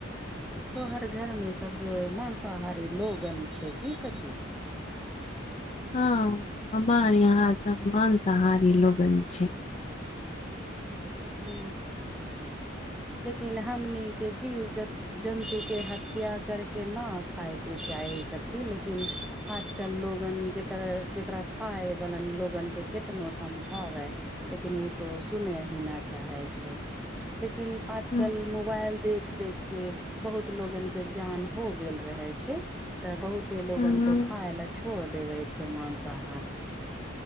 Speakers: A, in the centre; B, on the left.
A: तोहर घरमे सब जो मांसाहारी लोगन छै की सखी
B: हँ हमर यहाँ सब मांसाहारी लोगन छै
A: हूँ लेकिन हमनीे केँ जीव जंतु जन्तु केँ हत्या करके ना खायके चााही सखी लेकिन आजकल लोगन जेकर जेकरा खाय बाल लोगन के कितनो समझाबै लेकिन उ तो सुने ही न चाहे छै लेकिन आजकल
B: हूँ
A: मोबाइल देख देख के बहुत लोगन के ज्ञान हो गेल रहे छै तऽ बहुते लोगन
B: हूँ
A: तो खाय ले छोड़ देवे छै मांसाहार